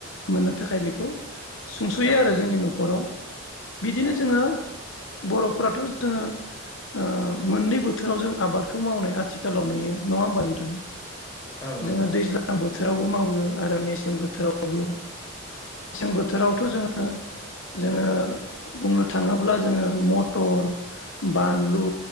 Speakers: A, on the left (about 75°); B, on the left (about 20°).
A: मोननो थाखाय बेखौ। सुंस'यो
B: औ
A: आरो जोंनि न'खराव। बिदिनो
B: औ
A: जोङो बर'फोराथ जोङो ओ मोननै बोथोराव जों आबाद खौ मावनाय आथिखालाव नुयो। नङा होमबा नोंथां?
B: औ नंगौ
A: जोङो
B: नंगौ
A: दैज्लां बोथोरावबो माव वो आरो मेसें बोथोरावबो। बोथोरावथ
B: औ
A: जोङो। जोङो बुंनो थाङोब्ला जोङो मटर बानलु